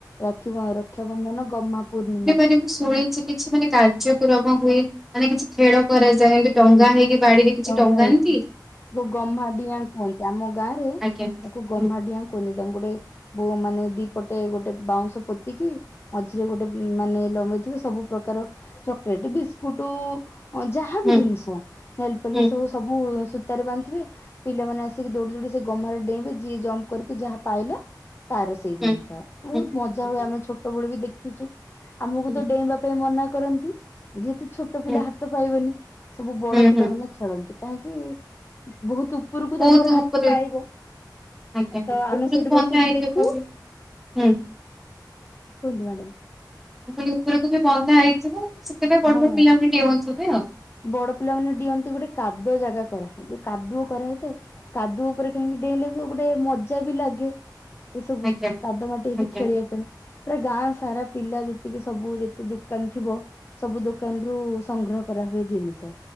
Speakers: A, on the left; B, in the centre.
A: ରାକ୍ଷୀ ବା-ରକ୍ଷାବନ୍ଧନ ଗହ୍ମା ପୂର୍ଣ୍ଣିମା।
B: <unintelligible> କିଛି କିଛି ମାନେ କାର୍ଯ୍ୟକ୍ରମ ହୁଏ ମାନେ କିଛି ଖେଳ କରାଯାଏ। ଟଙ୍ଗା
A: ହୁଁ
B: ହେଇକି ବାଡିରେ କିଛି
A: ଟଙ୍ଗା
B: ଟଙ୍ଗାନ୍ତି।
A: ହେଇଛି ତାକୁ ଗହ୍ମା ଡିଆଁ କୁହନ୍ତି ଆମ ଗାଁ ରେ
B: ଆଜ୍ଞା।
A: ତାକୁ ଗହ୍ମା
B: ହୁଁ
A: ଡିଆଁ କୁହନ୍ତି ତାଙ୍କୁ ଗୋଟେ ବଉ ମାନେ ଦିପଟେ ଗୋଟେ ବାଉଁଶ ପୋତିକି ମଝିରେ ଗୋଟେ ମାନେ ଲମ୍ବି ଥିବ ସବୁ ପ୍ରକାର ଚକଲେଟ୍ ବିସ୍କୁଟୁ ଯାହା
B: ହୁଁ
A: ବି ଜିନିଷ ନେଲପଲିସ୍
B: ହୁଁ
A: ହଉ ସବୁ ସୁ ତାରେ ବାନ୍ଧି ଥିବେ ପିଲାମାନେ ଆସିକି ଦୌଡି ଦୌଡି ସେ ଗହ୍ମା ରେ ଡେଇଁବେ ଯିଏ ଜମ୍ପ୍ କରିକି ଯାହା ପାଇଲେ ତାର ସେଇ ଜିନିଷ
B: ହୁଁ
A: ବହୁତ୍
B: ହୁଁ ହୁଁ ହୁଁ
A: ମଜା ହୁଏ ଆମେ ଛୋଟ ବେଳୁ ବି ଦେଖିଚୁ ଆମକୁ
B: ହୁଁ
A: ତ ଡେଇଁବା ପାଇଁ ମନା କରନ୍ତି ଯେହେତୁ ଛୋଟ ପିଲା
B: ହୁଁ
A: ହାତ ପାଇବନି ସବୁ ବଡ
B: ହୁଁ
A: ପିଲାମାନେ
B: ହୁଁ
A: ଖେଳନ୍ତି କାହିଁକି ବହୁତୁ ଉପରୁକୁ
B: ବହୁତ
A: ତାଙ୍କର ହାତ
B: ଉପରେ
A: ପାଇବ।
B: ଆଜ୍ଞା ହଁ
A: ତ ଆମେ
B: ଉପରକୁ
A: ସେଇଠି ବସିକି
B: ବନ୍ଧା ହେଇଥିବ
A: ଦେଖୁ।
B: ହୁଁ ହୁଁ।
A: କୁହନ୍ତୁ ମ୍ୟାଡାମ୍।
B: ଆଉ ଖାଲି ଉପରକୁ ଯଉ ବନ୍ଧା ହେଇଥିବ ସେଥିପାଇଁ ବଡ
A: ହଁ
B: ବଡ ପିଲା ଭି ଡିଅଁଉଥିବେ ଆଉ।
A: ବଡ ପିଲା ମାନେ ଡିଅନ୍ତି ଗୋଟେ କାଦୁଅ ଜାଗା କରା ହୁଏ ଯଉ କାଦୁଅ କରାହେଇଥାଏ କାଦୁଅ ଉପରେ କାହିଁକି ଡେଇଁଲେ ବି ଗୋଟେ ମଜା ବି ଲାଗେ। ଏସବୁ
B: ଆଜ୍ଞା।
A: କାଦୁଅ ମାଟି ହେଇକି
B: ଆଜ୍ଞା
A: ଖେଳିବା ପାଇଁ। ପୁରା ଗାଁ ସାରା ପିଲା ଯେତିକି ସବୁ ଯେତେ ଦୋକାନ୍ ଥିବ ସବୁ ଦୋକାନ୍ ରୁ ସଂଗ୍ରହ କରା ହୁଏ। ଜିନିଷ